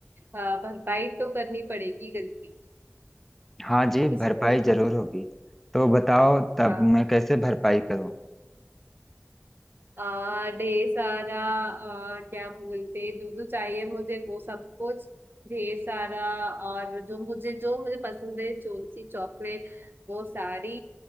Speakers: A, on the right; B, in the centre.
A: हाँ, भरपाई तो करनी पड़ेगी गलती
B: हाँ जी भरपाई
A: इसको
B: जरूर होगी तो बताओ तब
A: हाँ
B: मैं कैसे भरपाई करूं
A: आ, ढेर सारा आ, क्या बोलते जो जो चाहिए मुझे वो सब कुछ ढेर सारा और जो मुझे जो मुझे पसंद है जो सी चॉकलेट वो सारी